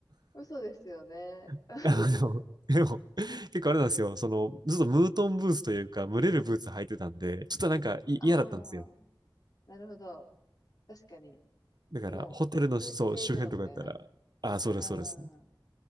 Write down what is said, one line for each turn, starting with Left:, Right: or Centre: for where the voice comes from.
Left: 嘘ですよね。<laughs>
Right: <laughs> あのでも、結構あれなんですよ。その、ずっとムートンブーツというか、蒸れるブーツ履いてたんで、ちょっとなんかい嫌だったんですよ。
Left: ああ、なるほど。確かに。
Right: だから、
Left: もう、
Right: ホテルの、そう、
Left: 通気性ゼロみたいな。
Right: 周辺とかだったら、あ、そうです、
Left: うん。
Right: そうです。